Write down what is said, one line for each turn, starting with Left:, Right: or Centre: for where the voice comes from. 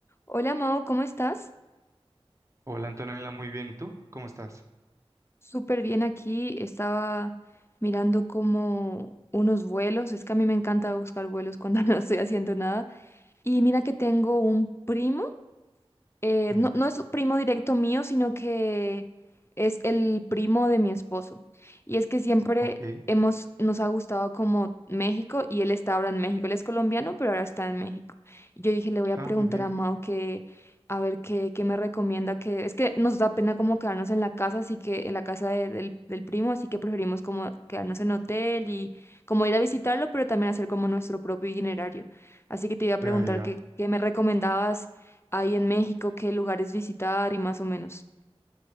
Left: Hola Mao, ¿cómo estás?
Right: Hola Antonella, muy bien. ¿Y tú? ¿Cómo estás?
Left: Súper bien aquí. Estaba mirando como unos vuelos. Es que a mí me encanta buscar vuelos cuando <laughs> no estoy haciendo nada. Y mira que tengo un primo. eh,
Right: Ujú.
Left: no, no es primo directo mío, sino que es el primo de mi esposo. Y es que siempre
Right: Ok.
Left: hemos, nos ha gustado como México y él está ahora en México. Él es colombiano, pero ahora está en México. Y yo dije, le voy a
Right: Ah,
Left: preguntar
Right: muy bien.
Left: a Mao que, a ver qué, qué me recomienda, que es que nos da pena como quedarnos en la casa, así que en la casa de- del, del primo, así que preferimos como quedarnos en hotel y como ir a visitarlo, pero también hacer como nuestro propio itinerario. Así que te iba a preguntar
Right: Ya, ya.
Left: que, qué me recomendabas hay en México, qué lugares visitar y más o menos.